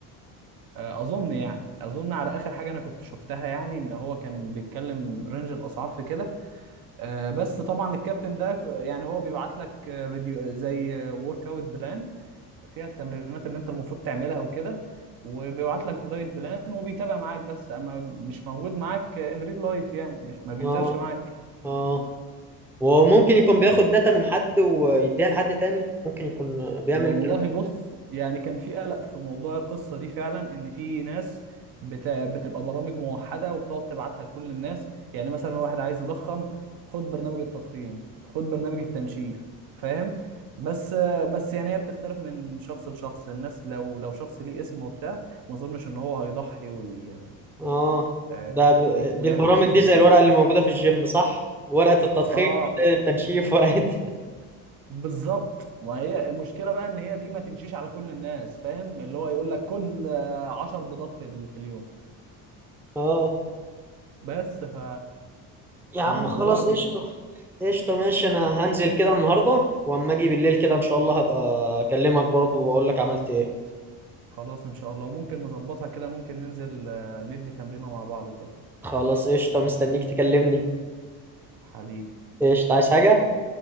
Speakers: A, on the right; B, in the centre.
A: آه، اظن يعني اظن على اخر حاجه انا كنت شفتها يعني ان هو كان بيتكلم رينج الاسعار في كده آه، بس طبعا الكابتن ده ك- يعني هو بيبعت لك آه، فيديو زي ورك اوت بلان فيها التمرينات اللي انت المفروض تعملها وكده وبيبعت لك دايت بلان وبيتابع معاك بس اما مش موجود معاك ان ريل لايف يعني مش ما بينزلش
B: اه
A: معاك
B: اه وممكن يكون بياخد داتا من حد ويديها لحد تاني ممكن يكون بيعمل
A: والله
B: الكلام
A: بص يعني كان في قلق في موضوع القصة دي فعلا ان في ناس بت... بتبقى برامج موحدة وبتقعد تبعتها لكل الناس يعني مثلا واحد عايز يضخم خد برنامج التضخيم خد برنامج التنشيف فاهم بس بس يعني هي بتختلف من شخص لشخص الناس لو لو شخص ليه اسم وبتاع ما اظنش ان هو هيضحي وي...
B: اه
A: آه،
B: ده ب...
A: ويعمل
B: دي البرامج
A: حاجة زي
B: دي زي
A: كده
B: الورقه اللي موجوده في الجيم صح ورقه التضخيم
A: اه
B: ورقة التنشيف ورقه <laughs>
A: بالظبط ما هي المشكله بقى ان هي دي ما تمشيش على كل الناس فاهم اللي هو يقول لك كل آه، عشر بيضات في ال- في اليوم
B: اه
A: بس ف فالموضوع
B: يا عم خلاص
A: بيبقى
B: قشطه قشطه ماشي انا هنزل كده النهارده واما اجي بالليل كده ان شاء الله هبقى اكلمك برضو واقول لك عملت ايه
A: خلاص ان شاء الله وممكن نظبطها كده ممكن ننزل آه، ندي تمرينه مع بعض كده
B: خلاص قشطة مستنيك تكلمني
A: حبيبي
B: قشطة عايز حاجة